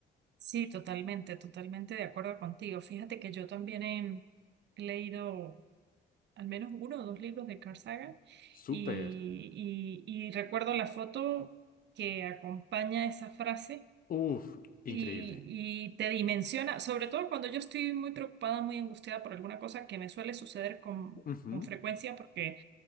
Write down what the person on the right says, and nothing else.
Sí, totalmente, totalmente de acuerdo contigo. Fíjate que yo también he leído al menos uno o dos libros de Carl Sagan
y, y- y recuerdo la foto que acompaña esa frase
y, y te dimensiona, sobre todo cuando yo estoy muy preocupada, muy angustiada por alguna cosa que me suele suceder con,
con frecuencia porque